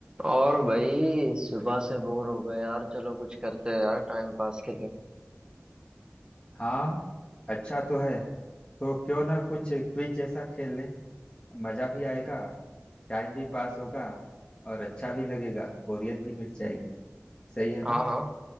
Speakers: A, on the right; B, on the left.
A: और भाई सुबह से बोर हो गए यार चलो कुछ करते हैं यार टाइम पास के लिए
B: हाँ अच्छा तो है तो क्यों ना कुछ क्विज जैसा खेल लें मजा भी आएगा टाइम भी पास होगा और अच्छा भी लगेगा बोरियत भी मिट जाएगी सही है
A: हाँ
B: ना
A: हाँ